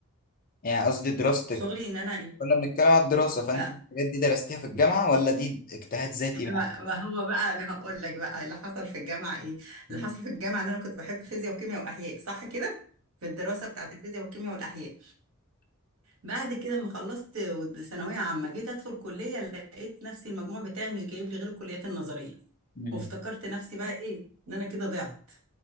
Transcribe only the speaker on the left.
يعني قصدي دراستك
كنا بنتكلم على الدراسة فانت
الحاجات دي درستيها في الجامعة ولا دي اجتهاد ذاتي
مع
نفسك؟
مم.